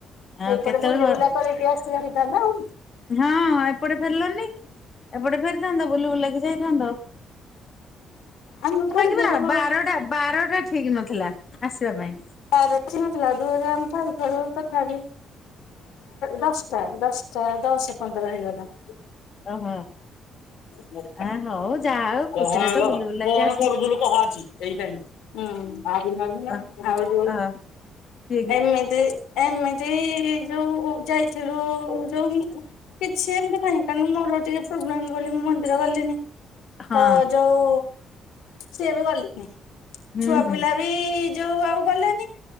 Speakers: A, on the left; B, on the left.
A: ଆଉ
B: ସେଇପଟେ
A: କେତେବେଳେ
B: ବୁଲି ବୁଲା କରିକି ଆସିଥିଲେ ହେଇଥାନ୍ତା ଆଉ
A: ହଁ ଏପଟେ ଫେରିଲନି ଏପଟେ ଫେରିଥାନ୍ତ ବୁଲି ବୁଲାକି ଯାଇଥାନ୍ତ ହ
B: ଆମ ଘର
A: ଟକିବା
B: ଘରୁ
A: ନା ବାରଟା ବାରଟା ଠିକ ନଥିଲା ଆସିବା ପାଇଁ
B: ତଛିଥିଲା ଦୁ ଯାର ତଥା ବିି ଦଶଟା ଦଶଟା ଦଶ ପନ୍ଦର ହେଇଗଲା
A: ଓହୋ
B: ମ
A: ଆ ହଉ ଯାହା ହଉ
B: କହ
A: ଖୁସିରେ
B: ଆଗ
A: ତ ବୁଲି ବୁଲାକି
B: କଣ
A: ଆସିଲି
B: କରୁଥିଲୁ କହା ଏଇ ଟାଇମ ହୁ
A: ଅ
B: ଆଉ
A: ଅ କିଏ କି
B: ଏମିତି ଏମିତି ଯୋଉ ଯାଇଥିଲୁ ଯୋଉ କିଛି ଏମିତି ନାହିଁ କାରଣ ମୋର ଟିକେ ପ୍ରୋବ୍ଲେମ ବୋଲି ମୁଁ ମନ୍ଦିର ଗଲିନି
A: ହଁ
B: ତ ଯୋଉ ସିଏ ବି ଗଲେଣିି
A: ହୁଁ
B: ଛୁଆ
A: ହୁଁ
B: ପିଲା ସେଇ ଯୋଉ ଆଉ ଗଲେନି